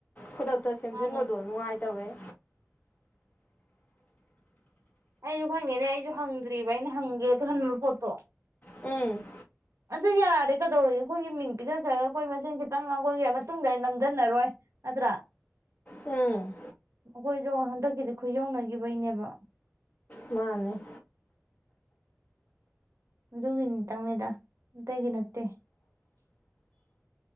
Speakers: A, on the left (about 35°); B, on the right (about 80°).
A: ꯈꯨꯗꯛꯇ ꯁꯦꯝꯖꯤꯟꯕꯗꯣ
B: ꯃꯥꯅꯦ
A: ꯅꯨꯡꯉꯥꯏꯇꯕꯩ
B: ꯑꯩꯁꯨ ꯈꯪꯉꯦꯅꯦ ꯑꯩꯁꯨ ꯍꯪꯗ꯭ꯔꯤꯕ ꯑꯩꯅ ꯍꯪꯒꯦꯗ ꯍꯟꯕ ꯄꯣꯠꯇꯣ
A: ꯎꯝ
B: ꯑꯗꯨ ꯌꯥꯔꯦ ꯀꯩꯗꯧꯔꯒꯦ ꯑꯩꯈꯣꯏꯒꯤ ꯃꯤꯡ ꯄꯤꯈꯛꯈ꯭ꯔꯒ ꯑꯩꯈꯣꯏ ꯃꯆꯦꯟ ꯈꯤꯇꯪ ꯑꯩꯈꯣꯏꯒꯤ ꯃꯇꯨꯡꯗ ꯑꯩ ꯅꯝꯊꯟꯅꯔꯣꯏ ꯑꯗꯨ꯭ꯔꯥ
A: ꯎꯝ
B: ꯑꯩꯈꯣꯏꯗꯣ ꯍꯟꯗꯛꯀꯤꯗꯤ ꯈꯨ ꯌꯧꯅꯈꯤꯕꯒꯤꯅꯦꯕ
A: ꯃꯥꯅꯦ
B: ꯑꯗꯨꯒꯤꯅꯤꯇꯪꯅꯤꯗ ꯑꯇꯩꯒꯤ ꯅꯠꯇꯦ